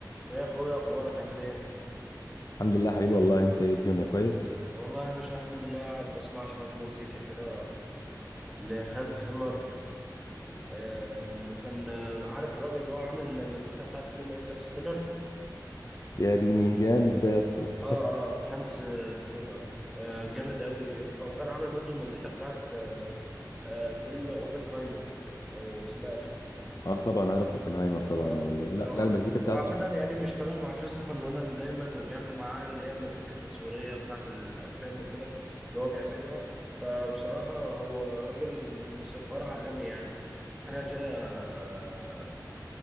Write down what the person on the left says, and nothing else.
الحمد لله حبيبي والله انت ايه الدنيا كويس
يا ديني جامد ده يا اسطى
<laughs> اه طبعا عارف اوبنهايمر طبعا
وال...
لا
لا
المزيكا بتاعته